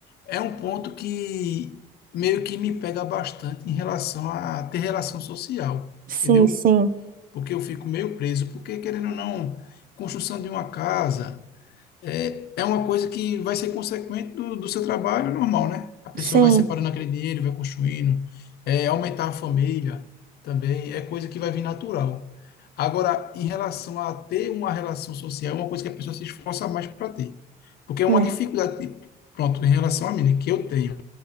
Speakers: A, on the left; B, on the right.
A: é um ponto que meio que me pega bastante em relação a ter relação social,
B: Sim,
A: entendeu?
B: sim.
A: Porque eu fico meio preso, porque querendo ou não, construção de uma casa. é, é uma coisa que vai ser consequente do, do seu trabalho normal, né? A pessoa
B: Sim,
A: vai separando aquele dinheiro, vai construindo, é, aumentar a família também, é coisa que vai vir natural. Agora, em relação a ter uma relação social, é uma coisa que a pessoa se esforça mais para ter. Porque é uma
B: é.
A: dificuldade, tipo, pronto, em relação a mim, né, que eu tenho,